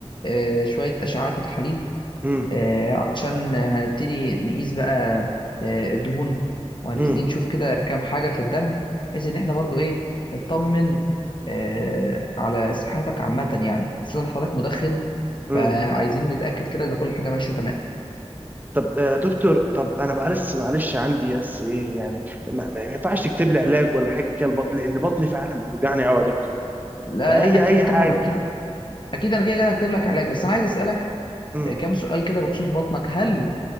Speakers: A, on the left; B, on the right.
A: آه، شويه اشعاعات وتحاليل
B: امم
A: آه، علشان هنبتدي نقيس بقى آه، الدهون وهنبتدي
B: امم
A: نشوف كده كام حاجه في الدم بحيث ان احنا برضو ايه نطمن آه، على صحتك عامه يعني خصوصا حضرتك مدخن
B: امم.
A: فعايزين نتاكد كده ان كل حاجه ماشيه تمام
B: طب آه، دكتور طب انا معلش معلش عندي بس ايه يعني ما, ما ما ينفعش تكتب لي علاج ولا حاجه كده البطن لان بطني فعلا بتوجعني قوي يا دكتور
A: لا
B: فاي
A: لا اكيد
B: اي حاجه
A: طبعا اكيد اكيد انا كده كده هكتب لك علاج بس انا عايز اسالك
B: امم
A: آه، كام سؤال كده بخصوص بطنك هل